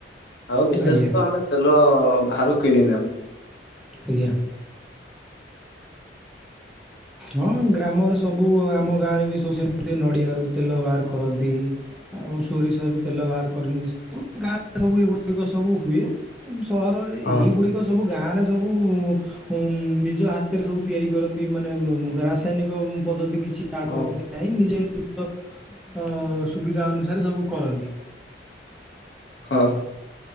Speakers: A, on the left; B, in the centre.
A: ଆଉ ବିଶେଷ
B: ଆଜ୍ଞା
A: ତ ଆମେ ତେଲ ବାହାରୁ <unintelligible>
B: ଆଜ୍ଞା ହଁ ଗ୍ରାମରେ ସବୁ ଆମ ଗାଁ ରେ ବି ସବୁ ନଡିଆରୁ ତେଲ ବାହାର କରନ୍ତି ଆଉ ସୋରିଷରୁ ତେଲ ବାହାର କରନ୍ତି ଗାଁରେ ସବୁ ଏଗୁଡିକ ସବୁ ହୁଏ। ସହରରେ
A: ହଁ
B: ଏଇ ଗୁଡିକ ସବୁ ଗାଁ ରେ ସବୁ ଉ ଉ ନିଜ ହାତରେ ସବୁ ତିଆରି କରନ୍ତି ମାନେ ରାସାୟନିକ ପଦ୍ଧତି କି କିଛି ଆଡ଼େ
A: ହଁ
B: କରନ୍ତି ନାହିଁ ନିଜେ ଅ ସୁବିଧା ଅନୁସାରେ ସବୁ କରନ୍ତି।
A: <inaudible>